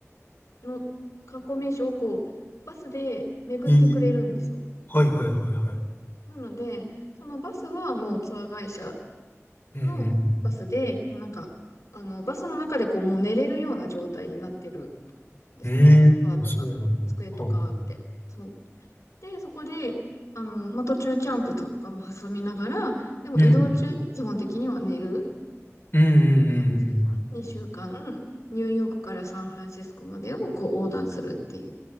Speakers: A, on the left; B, on the left.
A: の、観光名所をこう、バスで巡ってくれるんですよ。
B: い。ええはいはいはいはい。
A: なので、そのバスはもうツアー会社
B: うんうん。
A: のバスで、なんか、あの、バスの中でこう、もう寝れるような状態になってるんですね。
B: うーん。
A: ソファーとか、
B: そうなんだ。
A: 机とかあって。
B: はいはい。
A: そう。で、そこで、あの、まあ、途中キャンプとかも挟みながら、でも移動中に基本的には寝る
B: うん。うんうんうんうん。
A: 感じ。2週間、ニューヨークからサンフランシスコまでをこう横断するっていう。